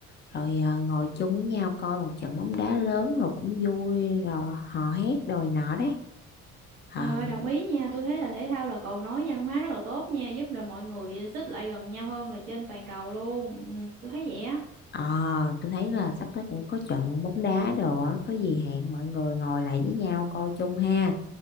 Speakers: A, on the left; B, on the right.
A: rồi ờ, ngồi chung với nhau coi một trận bóng đá lớn rồi cũng vui rồi hò hét rồi nọ đấy.
B: Ờ,
A: Ờ,
B: đồng ý nha, tôi thấy là thể thao là cầu nối văn hóa rất là tốt nha, giúp là mọi người xích lại gần nhau hơn là trên toàn cầu luôn. Ừ, tôi thấy vậy á.
A: ờ, tôi thấy là sắp tới cũng có trận bóng đá đồ á, có gì hẹn mọi người ngồi lại với nhau coi chung ha.